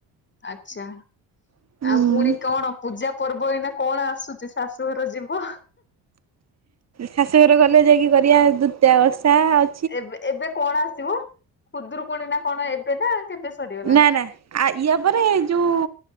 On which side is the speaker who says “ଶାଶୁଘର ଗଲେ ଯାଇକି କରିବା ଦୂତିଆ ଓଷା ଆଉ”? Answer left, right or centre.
Right